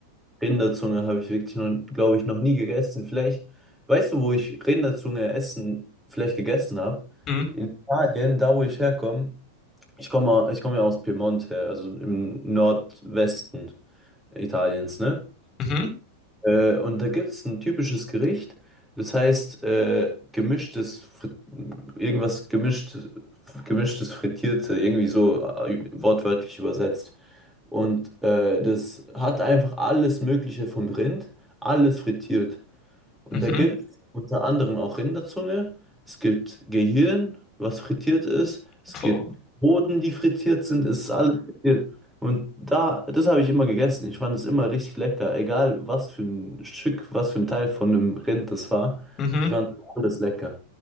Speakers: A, in the centre; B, on the left (about 30°).
A: Rinderzunge habe ich wirklich noch, glaube ich, noch nie gegessen. Vielleicht, weißt du, wo ich Rinderzunge essen, vielleicht gegessen habe?
B: Mhm,
A: In Italien, da wo ich herkomme. Ich komme, ich komme ja aus Piemont her, also im Nordwesten Italiens, ne?
B: mhm,
A: Äh, und da gibt es ein typisches Gericht, das heißt äh, gemischtes, Fri- irgendwas gemischt, gemischtes Frittierte, irgendwie so äh, wortwörtlich übersetzt. Und äh, das hat einfach alles Mögliche vom Rind, alles frittiert. Und
B: mhm,
A: da gibt es unter anderem auch Rinderzunge, es gibt Gehirn, was frittiert ist, es
B: boah,
A: gibt Hoden, die frittiert sind, es ist alles frittiert. Und da, das habe ich immer gegessen. Ich fand es immer richtig lecker, egal was für ein Stück, was für ein Teil von einem Rind das war.
B: mhm.
A: Ich fand alles lecker.